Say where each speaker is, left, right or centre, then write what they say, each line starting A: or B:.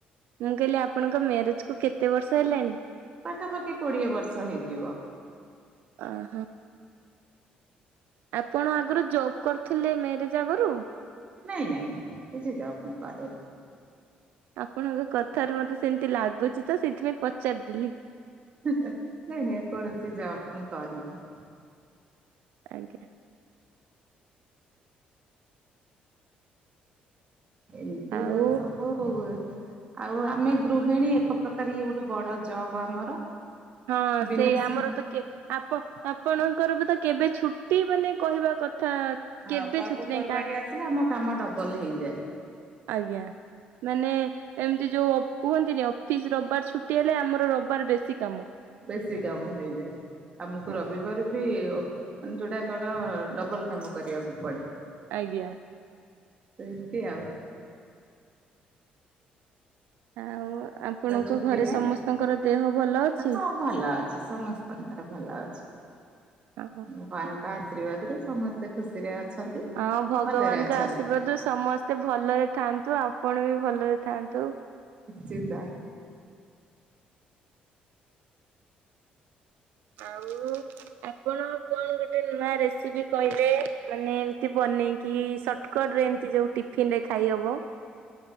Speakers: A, on the right; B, on the right.
A: ମୁଁ କହିଲି ଆପଣଙ୍କ ମ୍ୟାରେଜ କୁ କେତେ ବର୍ଷ ହେଲାଣି?
B: ପାଖାପାଖି କୋଡିଏ ବର୍ଷ ହେଇଯିବ।
A: ଓହୋ। ଆପଣ ଆଗରୁ ଜବ୍ କରିୁଥିଲେ ମ୍ୟାରେଜ ଆଗରୁ?
B: ନାଇଁ ନାଇଁ କିଛି ଜବ ମୁ କରିନି।
A: ଆପଣଙ୍କ କଥାରେ ମତେ ସେମିତି ଲାଗୁଚି ତ ସେଇଥିପାଇଁ ପଚାରିଦେଲି।
B: ନାଇଁ ନାଇଁ କୌଣସି ଯବ ମୁଁ କରିନି।
A: ଆଜ୍ଞା।
B: ଏମତି
A: ଆଉ
B: ଆଉସବୂ ଆଉ ଆମେ ଗୃହିଣୀ ଏକ ପ୍ରକାର ଇ ଗୋଟେ ବଡ ଜବ ଆମର।
A: ହଁ
B: ବିନା
A: ସେଇ
B: ସା
A: ଆମର ତ କେ ଆପ ଆପଣଙ୍କର ବି ତ କେବେ ଛୁଟି ମାନେ କହିବା କଥା
B: ହଁ
A: କେବେ
B: ପର୍ବପର୍ବାଣୀ
A: ଛୁଟି ନାହିଁ କା
B: ଆସିଲେ ଆମ କାମ ଡବଲ ହେଇଯାଏ
A: ଆଜ୍ଞା ମାନେ ଏମିତି ଯୋଉ ଅ କୁହନ୍ତିନି ଅଫିସ ରବିବାର ଛୁଟି ହେଲେ ଆମର ରବିବାର ବେଶୀ କାମ।
B: ବେଶୀ କାମ ହେଇଯାଏ ଆମକୁ
A: ଆଜ୍ଞା।
B: ରବିବାର ବି ମାନେ ଯୋଉଟା କଣ ଡବଲ କାମ କରିବାକୁ ପଡେ।
A: ଆଜ୍ଞା।
B: ସେମତିଆଉ।
A: ଆଉ ଆପଣଙ୍କ
B: ଛୁଟି
A: ଘରେ
B: ନାହିଁ
A: ସମସ୍ତଙ୍କର ଦେହ ଭଲ ଅଛି?
B: ହଁ ଭଲ ଅଛି ସମସ୍ତଙ୍କର ଭଲ ଅଛି।
A: ହଁ।
B: ଗବାନଙ୍କ ଆଶୀର୍ବାଦ୍ରୁ ସମସ୍ତେ ଖୁସିରେ ଅଛନ୍ତି।
A: ହଁ ଭଗବାନଙ୍କ
B: ଭଲରେ ଅଛନ୍ତି
A: ଆଶୀର୍ବାଦ ରୁ ସମସ୍ତେ ଭଲରେ ଥାଆନ୍ତୁ ଆପଣ ବି ଭଲରେ ଥାନ୍ତୁ।
B: ଚିଧା
A: ଆଉ ଆପଣ କଣ ଗୋଟେ ନୂଆ ରେସିପି କହିଲେ ମାନେ ଏମତି ବନେଇକି ସଟକଟରେ ଏମିତି ଯୋଉ ଟିଫିନ ରେ ଖାଇହବ।